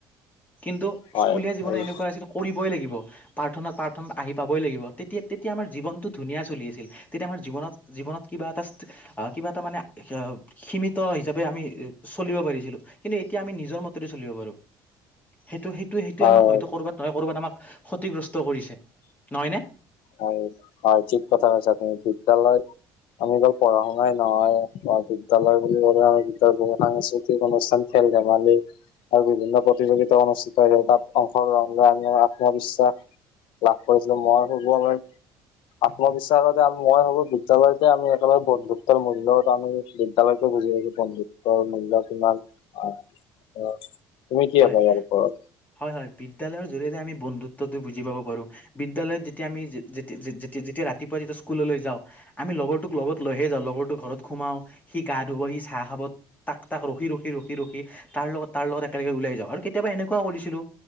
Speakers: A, on the left; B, on the left.
A: কিন্তু
B: হয়
A: স্কুলীয়া জীৱনত
B: হয়
A: এনেকুৱা আছিল, কৰিবই লাগিব। প্ৰাৰ্থনাত, প্ৰাৰ্থনাত আহি পাবই লাগিব। তেতিয়া- তেতিয়া আমাৰ জীৱনটো ধুনীয়া চলি আছিল। তেতিয়া আমাৰ জীৱনত জীৱনত কিবা এটা, কিবা এটা মানে সীমিত হিচাপে আমি চলিব পাৰিছিলো। কিন্তু এতিয়া আমি নিজৰ মতে চলিব পাৰো। সেইটো, সেইটো, সেইটো
B: হয়
A: আমাৰ হয়তো কৰ'বাত নহয় কৰ'বাত আমাক ক্ষতিগ্ৰস্ত কৰিছে, নহয় নে?
B: হয় হয়, ঠিক কথা কৈছা তুমি। বিদ্যালয়ত আমি অকল পঢ়া শুনাই নহয়, বিদ্যালয় বুলি ক'লে, আমি বিদ্যালয়ত সাংস্কৃতিক অনুষ্ঠান খেল ধেমালি আৰু বিভিন্ন প্ৰতিযোগিতা অনু ষ্ঠানত তাত অংশগ্ৰহণ কৰি আমি আত্মবিশ্বাস লাভ কৰিছিলো। মই ভাবো আমাৰ আত্মবিশ্বাস মই ভাবো বিদ্যালয়তে আমি একেলগে বন্ধুত্বৰ মূল্যত আমি বিদ্যালয়তে বুজি আহিছো। বন্ধু ত্ব মূল্য কিমান আ অ তুমি কি
A: হয়
B: ভাবা ইয়াৰ ওপৰত?
A: হয় হয়, বিদ্যালয়ৰ জৰিয়তে আমি বন্ধুত্বটো বুজি পাব পাৰো। বিদ্যালয়ত যেতিয়া আমি যেতি যেতি যেতিয়া ৰাতিপুৱা যেতিয়া স্কু ললৈ যাওঁ আমি লগৰটোক লগত লৈহে যাওঁ লগৰটোক ঘৰত সোমাওঁ সি গা ধুব সি চাহ খাব তাক তাক ৰখি ৰখি ৰখি ৰখি তাৰ লগত তাৰ লগত একেলগে ওলাই যাওঁ আৰু কেতিয়াবা এনেকুৱা কৰিছিলো